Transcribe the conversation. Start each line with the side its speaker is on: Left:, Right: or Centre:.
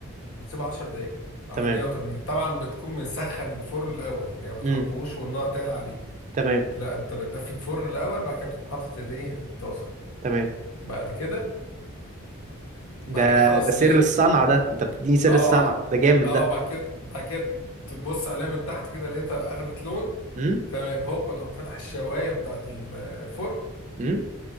Left: وتسيبه 10 دقايق على
Right: تمام
Left: 180 طبعا بتكون مسخن الفرن الاول يعني ما
Right: امم
Left: تحطوش والنار تعلى عليه
Right: تمام
Left: لا انت بتدفي الفرن الاول بعد كده تقوم حاطط الايه الطاسه
Right: تمام
Left: بعد كده بعد
Right: ده
Left: كده خلاص
Right: ده سر
Left: لقيت
Right: الصنعة ده انت بتديني سر
Left: اه
Right: الصنعة ده جامد
Left: اه
Right: ده
Left: بعد كده بعد كده تبص عليها من تحت كده لقيتها اخدت لون
Right: امم
Left: تمام هوبا تقوم فتح الشوايه بتاعت الفرن
Right: امم